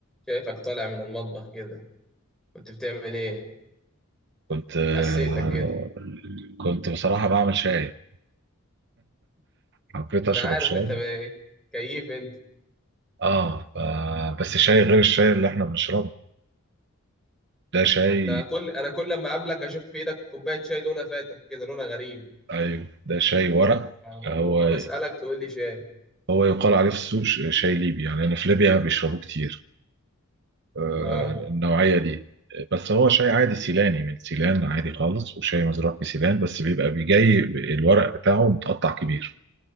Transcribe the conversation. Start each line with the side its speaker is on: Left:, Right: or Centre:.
Centre: شايفك طالع من المطبخ كده كنت بتعمل ايه
Right: كنت آه،
Centre: حسيتك كده
Right: كنت بصراحة بعمل شاي حبيت
Centre: انا
Right: أشرب
Centre: عارف
Right: شاي
Centre: انت ب- إيه. كيف انت
Right: آه ف- بس شاي غير الشاي اللي إحنا بنشربه ده شاي
Centre: ما انت كل انا كل ما اقابلك اشوف في ايدك كوبايه شاي لونها فاتح كده لونها غريب
Right: أيوة ده شاي ورق
Centre: و-
Right: هو
Centre: واسالك تقول لي شاي
Right: هو يقال عليه في السوق ش- شاي ليبي يعني أنا في ليبيا بيشربوه كتير آه،
Centre: اه
Right: النوعية دي بس هو شاي عادي سيلاني من سيلان عادي خالص وشاي مزروع في سيلان بس بيبقى بيجي الورق بتاعه متقطع كبير